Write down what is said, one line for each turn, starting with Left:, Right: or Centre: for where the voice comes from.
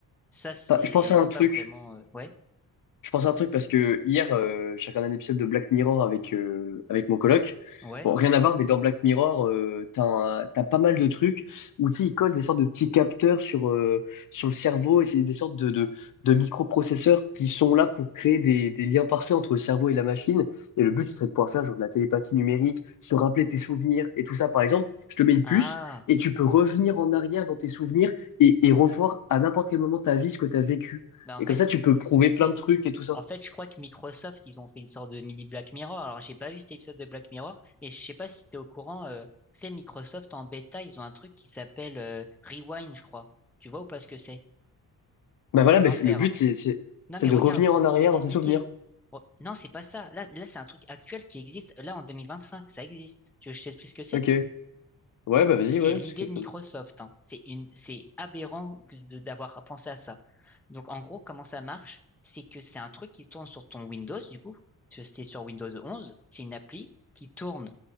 Centre: Ça, c'est
Left: Enfin, je pense à
Centre: c'est
Left: un truc,
Centre: pas vraiment. euh, Ouais,
Left: Je pense à un truc parce que hier, euh, j'ai regardé un épisode de Black Mirror avec, euh, avec mon coloc.
Centre: ouais.
Left: Bon, rien à voir, mais dans Black Mirror, euh, t'as un- t'as pas mal de trucs où tu sais, ils collent des sortes de petits capteurs sur, euh, sur le cerveau et c'est des sortes de, de, de microprocesseurs qui sont là pour créer des, des liens parfaits entre le cerveau et la machine. Et le but, ce serait de pouvoir faire genre de la télépathie numérique, se rappeler tes souvenirs et tout ça. Par exemple, je te mets une
Centre: Ah,
Left: puce et tu peux revenir en arrière dans tes souvenirs et, et revoir à n'importe quel moment de ta vie ce que tu as vécu.
Centre: bah en
Left: Et
Centre: fait,
Left: comme ça, tu peux
Centre: <laughs>
Left: prouver plein de trucs et tout ça.
Centre: en fait, je crois que Microsoft, ils ont fait une sorte de mini Black Mirror. Alors, j'ai pas vu cet épisode de Black Mirror, mais je sais pas si t'es au courant. euh, c'est Microsoft en bêta, ils ont un truc qui s'appelle euh, Rewind, je crois. Tu vois ou pas ce que c'est?
Left: Bah
Centre: C'est
Left: voilà,
Centre: un
Left: bah
Centre: enfer.
Left: c'est- le but,
Centre: hein.
Left: c'est, c'est,
Centre: Non,
Left: c'est
Centre: mais
Left: de
Centre: regarde,
Left: revenir en arrière
Centre: je vais t'expliquer.
Left: dans ses souvenirs.
Centre: Re- Non, c'est pas ça. Là, là, c'est un truc actuel qui existe. Là, en 2025 ça existe. Tu veux que je t'explique ce que c'est?
Left: Ok. Ouais, bah vas-y,
Centre: C'est
Left: ouais,
Centre: l'idée
Left: parce que...
Centre: de Microsoft. hein. C'est une, c'est aberrant que de- d'avoir pensé à ça. Donc en gros, comment ça marche? C'est que c'est un truc qui tourne sur ton Windows, du coup. parce que C'est sur Windows 11. C'est une appli qui tourne